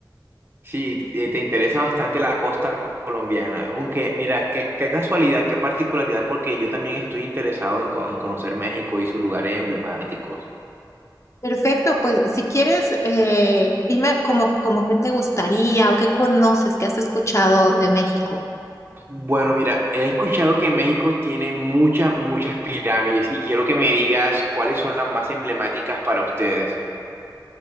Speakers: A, on the right (about 30°); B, on the left (about 40°).
A: Sí, te te interesa bastante la costa colombiana. Aunque, mira, qué, qué casualidad, qué particularidad, porque yo también estoy interesado en, co- en conocer México y sus lugares emblemáticos.
B: Perfecto, pues si quieres, eh, dime como, como qué te gustaría o qué conoces, qué has escuchado de México.
A: Bueno, mira, he escuchado que México tiene muchas, muchas pirámides y quiero que me digas cuáles son las más emblemáticas para ustedes.